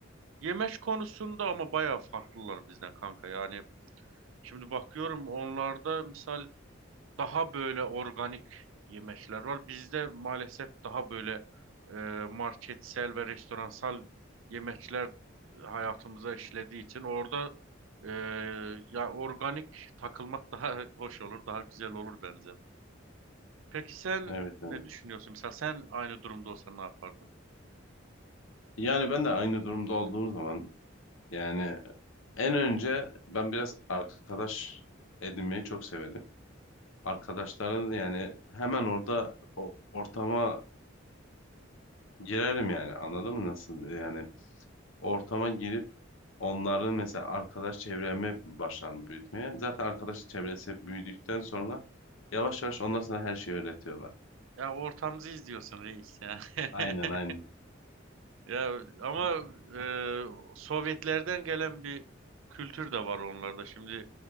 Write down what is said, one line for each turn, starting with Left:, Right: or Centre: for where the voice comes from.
Right: Yemek konusunda ama bayağı farklılar bizden kanka. Yani şimdi bakıyorum onlarda misal daha böyle organik yemekler var. Bizde maalesef daha böyle e, marketsel ve restoransal yemekler hayatımıza işlediği için orada e, ya organik takılmak daha <laughs> hoş olur, daha güzel olur bence. Peki sen
Left: evet
Right: ne
Left: evet.
Right: düşünüyorsun? Mesela sen aynı durumda olsan ne yapardın?
Left: Yani ben de aynı durumda olduğum zaman yani en önce ben biraz arkadaş edinmeyi çok severim. Arkadaşlara da yani hemen orada o- ortama girerim yani anladın mı nasıl yani ortama girip onların mesela arkadaş çevremi başlarım büyütmeye. Zaten arkadaş çevresi hep büyüdükten sonra yavaş yavaş onlar sana her şeyi öğretiyorlar.
Right: Ya ortamızı izliyorsun reis ya. <laughs>
Left: Aynen aynen.
Right: Ya ama e, Sovyetlerden gelen bir kültür de var onlarda. Şimdi